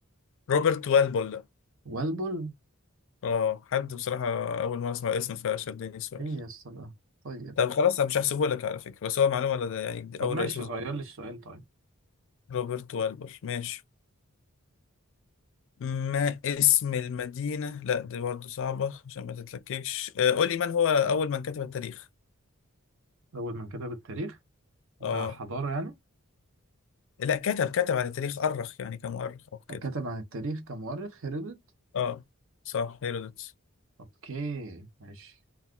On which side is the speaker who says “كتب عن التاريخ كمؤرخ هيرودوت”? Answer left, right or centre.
Right